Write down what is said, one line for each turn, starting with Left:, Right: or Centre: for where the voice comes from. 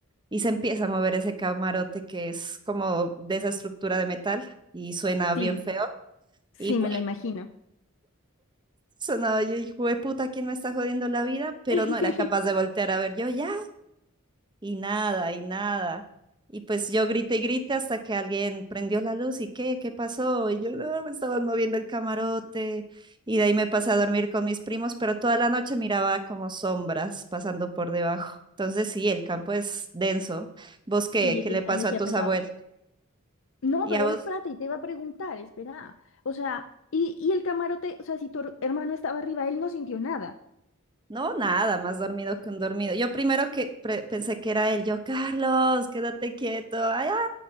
Right: y se empieza a mover ese camarote que es como de esa estructura de metal y suena
Left: Sí,
Right: bien feo.
Left: sí
Right: Y ¡guic!
Left: me la imagino.
Right: sonaba yo, hijo de puta, ¿quién me está jodiendo la vida? Pero
Left: <laughs>
Right: no era capaz de voltear a ver yo, ya, y nada, y nada. Y pues yo grité y grité hasta que alguien prendió la luz y qué, qué pasó. Y yo no, me estaban moviendo el camarote. Y de ahí me pasé a dormir con mis primos, pero toda la noche miraba como sombras pasando por debajo. Entonces sí, el campo es denso. ¿Vos qué?
Left: Sí,
Right: ¿Qué
Left: tiene
Right: le pasó
Left: una energía
Right: a tus
Left: pesada.
Right: abuelos?
Left: No,
Right: ¿Y
Left: pero
Right: a vos?
Left: espérate, te iba a preguntar, espera. O sea, y, y el camarote, o sea, si tu hermano estaba arriba, él no sintió nada.
Right: No, nada, más dormido que un dormido. Yo primero que pre- pensé que era él, yo, Carlos, quédate quieto. Ay,